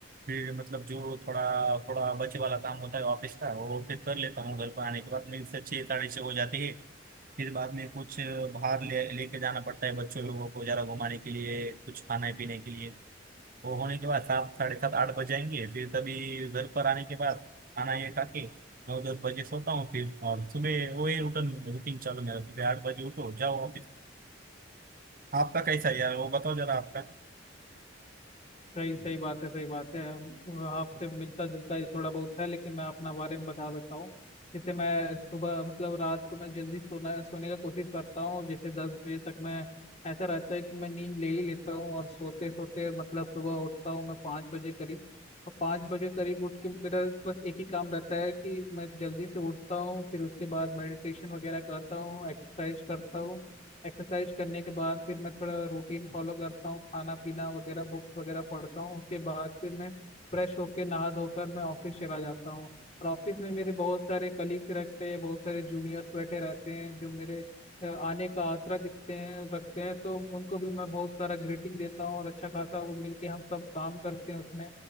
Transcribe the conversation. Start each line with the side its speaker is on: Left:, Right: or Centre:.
Right: फिर मतलब जो थोड़ा थोड़ा बचे वाला काम होता है ऑफिस का वो फिर कर लेता हूँ घर पर आने के बाद मेरे से छः साढ़े छः हो जाती है फिर बाद में कुछ बाहर ले लेके जाना पड़ता है बच्चों लोगों को ज़रा घुमाने के लिए कुछ खाने पीने के लिए वो होने के बाद सात साढ़े सात आठ बज जाएंगे फिर तभी घर पर आने के बाद खाना ये खा के नौ दस बजे सोता हूँ फिर और सुबह वही रूटीन रूटीन चालू मेरा सुबह आठ बजे उठो जाओ ऑफिस आपका कैसा है यार वो बताओ जरा आपका
Left: सही सही बात है सही बात है हम- आपसे मिलता जुलता ही थोड़ा बहुत है लेकिन मैं अपना बारे में बता देता हूँ जैसे मैं सुबह मतलब रात को मैं जल्दी सोना सोने का कोशिश करता हूँ जैसे दस बजे तक मैं ऐसा रहता है कि मैं नींद ले ही लेता हूँ और सोते सोते मतलब सुबह उठता हूँ मैं पाँच बजे करीब और पाँच बजे करीब उठ के मेरा बस एक ही काम रहता है कि मैं जल्दी से उठता हूँ फिर उसके बाद मेडिटेशन वगैरह करता हूँ एक्सरसाइज करता हूँ एक्सरसाइज करने के बाद फिर मैं थोड़ा रूटीन फॉलो करता हूँ खाना पीना वगैरह बुक्स वगैरह पढ़ता हूँ उसके बाद फिर मैं फ्रेश होके नहा धोकर मैं ऑफिस चला जाता हूँ और ऑफिस में मेरे बहुत सारे कलीग्स रहते हैं बहुत सारे जूनियर्स बैठे रहते हैं जो मेरे अ, आने का आसरा दिखते हैं रखते हैं तो उनको भी मैं बहुत सारा ग्रीटिंग देता हूँ और अच्छा खासा वो मिलके हम सब काम करते हैं उसमें